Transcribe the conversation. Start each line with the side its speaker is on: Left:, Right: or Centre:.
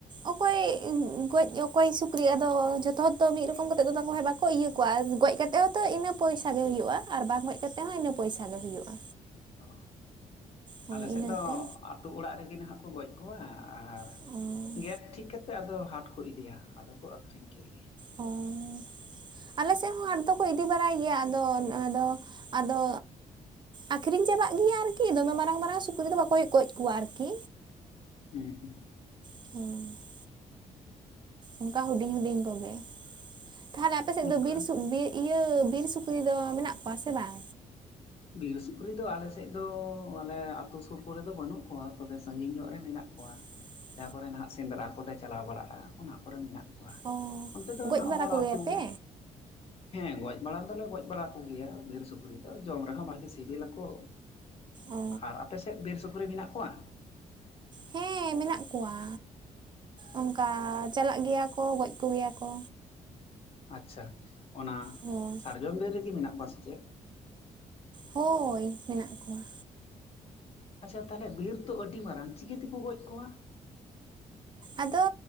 Right: ᱚᱠᱚᱭ ᱜᱚᱡ ᱚᱠᱚᱭ ᱥᱩᱠᱨᱤ ᱟᱫᱚ ᱡᱷᱚᱛᱚ ᱛᱚ ᱢᱤᱫ ᱨᱚᱠᱚᱢ ᱠᱟᱛᱮᱫ ᱫᱚ ᱛᱟᱨᱯᱚᱨᱮ ᱦᱟᱸᱜ ᱵᱟᱝᱠᱚ ᱤᱭᱟᱹ ᱠᱚᱣᱟ ᱜᱚᱡᱼᱼ ᱛᱮ ᱦᱚᱸᱛᱚ ᱤᱱᱟᱹ ᱯᱚᱭᱥᱟ ᱜᱮ ᱦᱩᱭᱩᱜᱼᱟ ᱟᱨ ᱵᱟᱝ ᱦᱮᱡ ᱠᱟᱛᱮ ᱦᱚᱸ ᱤᱱᱟᱹ ᱯᱚᱭᱥᱟ ᱜᱮ ᱦᱩᱭᱩᱜᱼᱟ᱾
Left: ᱚ
Right: ᱦᱳᱭ
Left: ᱟᱞᱮᱥᱮᱫ
Right: ᱤᱱᱟᱹᱛᱮ
Left: ᱫᱚ ᱟᱹᱛᱩᱳ ᱚᱲᱟᱜ ᱨᱮᱜᱮ ᱱᱟᱦᱟᱜ ᱠᱚ ᱜᱚᱡ ᱠᱚᱣᱟ ᱟᱨᱼᱼ
Right: <inaudible>
Left: ᱜᱮᱫ ᱴᱷᱤᱠ ᱠᱟᱛᱮᱫ ᱟᱫᱚ ᱦᱟᱴ ᱠᱚ ᱤᱫᱤᱭᱟ ᱟᱫᱚ ᱠᱚ ᱟᱹᱷᱨᱤᱧ ᱠᱮᱫ ᱜᱮ᱾
Right: ᱚᱸᱻ ᱟᱞᱮ ᱥᱮᱱ ᱦᱚᱸ ᱦᱟᱴ ᱫᱚᱠᱚ ᱤᱫᱤ ᱵᱟᱲᱟᱭ ᱜᱮᱭᱟ ᱟᱫᱚ ᱱᱚᱫᱚ ᱟᱫᱚᱼᱼ ᱟᱠᱷᱨᱤᱧ ᱪᱟᱵᱟᱜ ᱜᱤᱭᱟ ᱟᱨᱠᱤ ᱫᱚᱢᱮ ᱢᱟᱨᱟᱝ ᱢᱟᱨᱟᱝ ᱥᱩᱠᱨᱤ ᱫᱚ ᱚᱠᱚᱭ ᱜᱚᱡ ᱠᱚᱣᱟ ᱟᱨᱠᱤ
Left: ᱦᱩᱢ
Right: ᱦᱩᱸ ᱚᱱᱠᱟ ᱦᱩᱰᱤᱧ ᱦᱩᱰᱤᱧ ᱠᱚᱜᱮ ᱛᱟᱦᱚᱞᱮ ᱟᱯᱮᱥᱮᱫ
Left: ᱚᱱᱠᱟ
Right: ᱫᱚ ᱵᱤᱨ ᱥᱩ ᱵᱤᱼᱼ ᱤᱭᱟᱹ ᱵᱤᱨ ᱥᱩᱠᱨᱤ ᱫᱚ ᱢᱮᱱᱟᱜ ᱠᱚᱣᱟ ᱥᱮ ᱵᱟᱝ?
Left: ᱵᱤᱨ ᱥᱩᱠᱨᱤ ᱫᱚ ᱟᱞᱮᱥᱮᱫ ᱫᱚ ᱟᱞᱮ ᱟᱛᱩ ᱥᱩᱨ ᱠᱚᱨᱮᱫᱚ ᱵᱟᱹᱱᱩᱜ ᱠᱚᱣᱟ ᱛᱚᱵᱮ ᱥᱟᱜᱤᱧ ᱧᱚᱜ ᱨᱮ ᱢᱮᱱᱟᱜ ᱠᱚᱣᱟ᱾
Right: <inaudible>
Left: ᱡᱟᱦᱟᱸ ᱠᱚᱨᱮ ᱱᱟᱦᱟᱜ ᱥᱮᱸᱫᱽᱨᱟ ᱠᱚᱞᱮ ᱪᱟᱞᱟᱣ ᱵᱟᱲᱟᱜᱼᱟ ᱚᱱᱟ ᱠᱚᱨᱮ ᱢᱮᱱᱟᱜ᱾
Right: ᱚ
Left: ᱚᱱᱛᱮ ᱫᱚ
Right: ᱜᱚᱡ
Left: ᱱᱟᱦᱟᱜ
Right: ᱵᱟᱲᱟ
Left: ᱦᱚᱲ
Right: ᱠᱚᱜᱮᱭᱟᱯᱮ
Left: ᱟᱛᱩ ᱦᱮᱸ ᱜᱚᱡ ᱵᱟᱲᱟ ᱫᱚᱞᱮ ᱜᱚᱡ ᱵᱟᱲᱟ ᱠᱚᱜᱮᱭᱟ ᱵᱤᱨ ᱥᱩᱠᱨᱤ ᱫᱚ ᱡᱚᱢ ᱨᱮᱦᱚᱸ ᱵᱷᱟᱜᱤ ᱥᱤᱵᱤᱞᱟᱠᱚ
Right: ᱚ
Left: ᱟᱨ ᱟᱯᱮ ᱥᱮᱫ ᱵᱤᱨ ᱥᱩᱠᱨᱤ ᱢᱮᱱᱟᱜ ᱠᱚᱣᱟ?
Right: ᱦᱮᱸ ᱢᱮᱱᱟᱜ ᱠᱚᱣᱟ ᱚᱱᱠᱟ ᱪᱟᱞᱟᱜ ᱜᱮᱭᱟᱠᱚ ᱜᱚᱡ ᱠᱚᱜᱮᱭᱟᱠᱚ
Left: ᱟᱪᱪᱷᱟ ᱚᱱᱟ
Right: ᱦᱳᱭ
Left: ᱥᱟᱨᱡᱚᱢ ᱵᱤᱨ ᱨᱮᱜᱮ ᱢᱮᱱᱟᱜ ᱠᱚᱣᱟ ᱥᱮᱪᱮᱫ?
Right: ᱦᱳᱭ ᱢᱮᱱᱟᱜ ᱠᱚᱣᱟ
Left: ᱟᱪᱪᱷᱟ ᱛᱟᱦᱚᱞᱮ ᱵᱤᱨ ᱛᱚ ᱟᱹᱰᱤ ᱢᱟᱨᱟᱝ ᱪᱤᱠᱟᱹ ᱛᱮᱠᱚ ᱜᱚᱡ ᱠᱚᱣᱟ?
Right: ᱟᱫᱚ